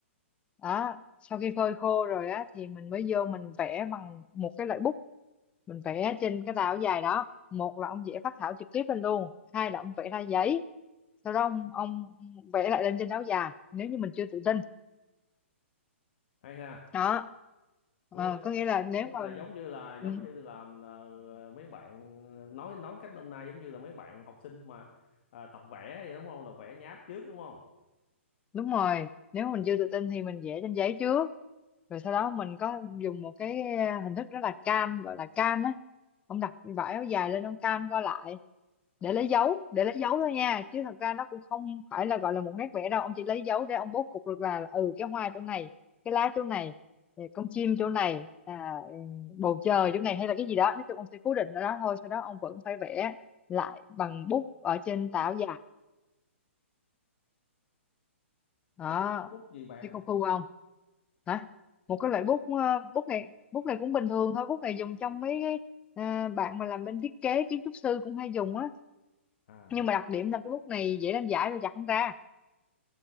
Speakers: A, on the left; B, on the left.
A: đó sau khi phơi khô rồi á thì mình mới vô mình vẽ bằng một cái loại bút mình vẽ trên cái tàu dài đó một là ông vẽ phác thảo trực tiếp lên luôn hai là ông vẽ ra giấy sau đó ông ông vẽ lại lên trên áo dài nếu như mình chưa tự tin
B: hay ha
A: đó Ờ,
B: có nghĩa là,
A: có nghĩa là nếu
B: có nghĩa
A: mà
B: là giống như là giống
A: ừ,
B: như là ờ, mấy bạn ờ, nói nói cách hôm nay giống như là mấy bạn học sinh mà ờ, tập vẽ vậy đúng không là vẽ nháp trước đúng không
A: đúng rồi nếu mà mình chưa tự tin thì mình vẽ trên giấy trước rồi sau đó mình có dùng một cái ờ, hình thức rất là cam gọi là cam á ông đặt vải áo dài lên ông cam qua lại
B: à
A: để lấy dấu để lấy dấu thôi nha chứ thật ra nó cũng không phải là gọi là một nét vẽ đâu ông chỉ lấy dấu để ông bố cục được là ừ cái hoa chỗ này cái lá chỗ này ừ, con chim chỗ này à, ừ, bầu trời chỗ này hay là cái gì đó nói chung ông sẽ cố định ở đó thôi sau đó ông vẫn phải vẽ lại bằng bút ở trên tảo dài đó
B: cái bút cái bút gì bà
A: thấy công phu không hả
B: bút
A: một cái
B: có
A: loại bút ờ, bút này bút này cũng bình thường thôi bút này dùng trong mấy cái ờ, bạn mà làm bên thiết kế kiến trúc sư cũng hay dùng á
B: à
A: nhưng mà đặc điểm là cái bút này dễ đánh giải rồi giặt không ra